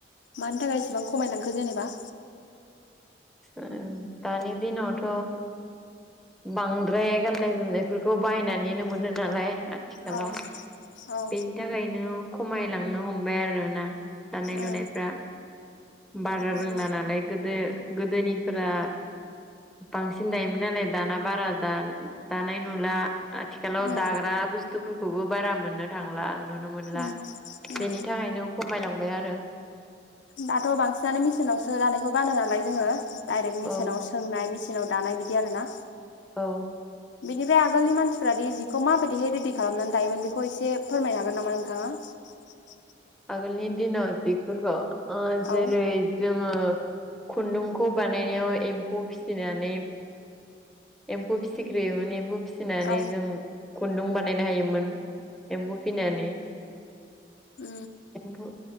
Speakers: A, on the left; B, in the centre.
A: मानि थाखाय इसेबां खमायलांखो जेनेबा?
B: ओं दानि दिनावथ' बांद्राय गाननाय - जोमनायफोरखौ बायनानैनो मोनो नालाय थिखालाव
A: औ औ
B: बेनि थाखायनो खमायलांनो हमबाय आरोना दानाय लुनायफ्रा
A: उम
B: बारा
A: उम
B: रोंला नालाय गोदो गोदोनिफ्रा बांसिन दायोमोन नालाय दाना बारा दान-दानाय नुला आथिखालाव
A: उम
B: दाग्रा बुस्थुफोरखौबो बारा मोननो थांला नुनो मोनला
A: उम उम
B: बेनि थाखायनो खमायलांबाय आरो।
A: दाथ' बांसिनानो मेसिनावसो दानायखौ गानो नालाय जोङो डाइरेक्ट मेचनाव
B: औ
A: सोंनाय मिस चिनाव दानाय बिदि आरो ना।
B: औ।
A: बिनिफ्राय आगोलनि मानसिफ्रा दि जिखौ माबायदिहाय रेडि खालामनानै दायोमोन बेखौ एसे फोरमायनो हागोन नामा नोंथाङा? <unintelligible>
B: आगोलनि दिनाव जिफोरखौ जेरै
A: औ
B: जोङो खुन्दुंखौ बानायनायाव एम्फौ फिसिनानै एम्फौ फिसिग्रोयोमोन एम्फौ फिसिनानै
A: औ
B: जों खुन्दुं बानायनो हायोमोन एम्बु फिनानै
A: उ।
B: एम्फौ